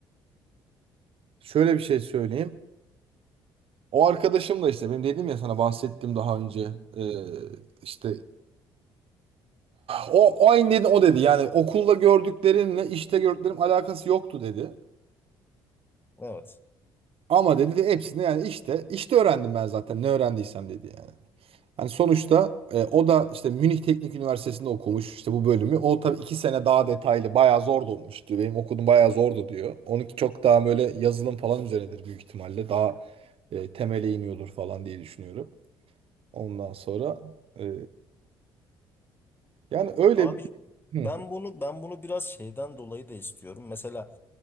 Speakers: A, on the right; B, on the left.
A: şöyle bir şey söyleyeyim. O arkadaşım da işte benim dedim ya sana bahsettim daha önce e, işte O, o aynı dedi o dedi. Yani okulda gördüklerinle işte gördüklerim alakası yoktu dedi.
B: Evet.
A: Ama dedi de hepsini yani işte işte öğrendim ben zaten ne öğrendiysem dedi yani. Hani sonuçta e, o da işte Münih Teknik Üniversitesi'nde okumuş işte bu bölümü. O tabii iki sene daha detaylı bayağı zor da olmuş diyor. Benim okudum bayağı zordu diyor. Onunki çok daha böyle yazılım falan üzerinedir büyük ihtimalle. Daha e, temele iniyordur falan diye düşünüyorum. Ondan sonra e, yani öyle
B: Abi
A: bir... Hı.
B: ben bunu ben bunu biraz şeyden dolayı da istiyorum. Mesela